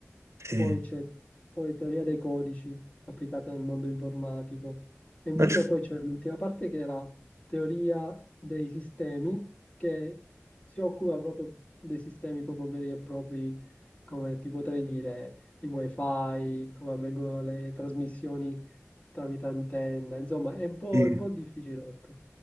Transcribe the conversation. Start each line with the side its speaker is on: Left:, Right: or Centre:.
Right: sì.
Left: poi c'è poi teoria dei codici applicata nel mondo informatico, e infine
Right: Non so-
Left: poi c'è l'ultima parte che era teoria dei sistemi che si occupa proprio dei sistemi proprio veri e propri, come ti potrei dire, i wifi, come avvengono le trasmissioni tramite antenna, insomma, è un po',
Right: sì.
Left: è un po' difficilotto.